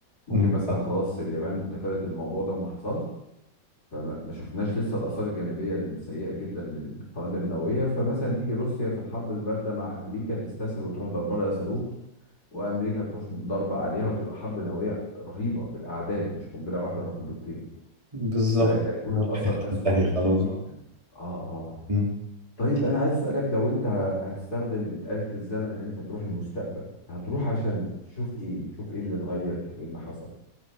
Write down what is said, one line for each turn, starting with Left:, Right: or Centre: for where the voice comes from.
Left: ممكن
Right: مم.
Left: مثلا خلاص اليابان تفادت الموضوع ده وما حصلش فما ما شفناش لسه الاثار الجانبيه السيئه جدا للقنابل النوويه فمثلا تيجي روسيا في الحرب البارده مع امريكا تستسهل وتروح ضربه لها صاروخ وامريكا تروح ضرب عليها وتبقى حرب نوويه رهيبه بالاعداد مش قنبله واحده ولا قنبلتين
Right: بالظبط
Left: وساعتها هيكون
Right: والحياة
Left: الاثر اسوأ
Right: تنتهي
Left: بكتير
Right: خلاص
Left: جدا
Right: بقى.
Left: اه اه
Right: مم.
Left: طيب انا عايز اسالك لو انت ه- هتستخدم آلة الزمن ان انت تروح المستقبل هتروح عشان تشوف ايه تشوف ايه اللي اتغير تشوف ايه اللي حصل